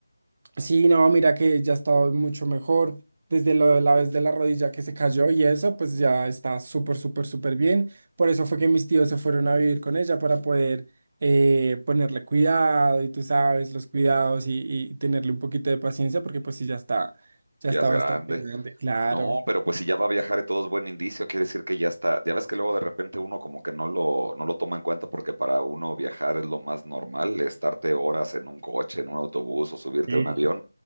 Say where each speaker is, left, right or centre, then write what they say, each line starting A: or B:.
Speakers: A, on the right; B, on the right.
A: Sí, no, mira que ya está mucho mejor. Desde lo de la vez de la rodilla que se cayó y eso, pues ya está súper, súper, súper bien. Por eso fue que mis tíos se fueron a vivir con ella para poder eh, ponerle cuidado y tú sabes, los cuidados y, y tenerle un poquito de paciencia porque pues sí, ya está, ya
B: Ya
A: está
B: es grande.
A: bastante grande, claro.
B: No, pero pues si ya va a viajar y todo es buen indicio, quiere decir que ya está. Ya ves que luego de repente uno como que no lo, no lo toma en cuenta porque para uno viajar es lo más normal, estarte horas en un coche, en un autobús o subirte
A: Sí.
B: a un avión.